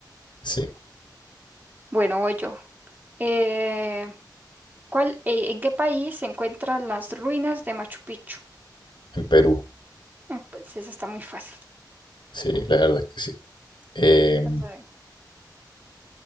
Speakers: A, on the left (about 90°); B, on the right (about 25°).
A: Sí,
B: Bueno, voy yo. Eh, ¿cuál, eh, ¿en qué país se encuentran las ruinas de Machu Picchu?
A: en Perú.
B: Ah, Pues esa está muy fácil.
A: Sí, la verdad es que sí. Eh,
B: Trata de-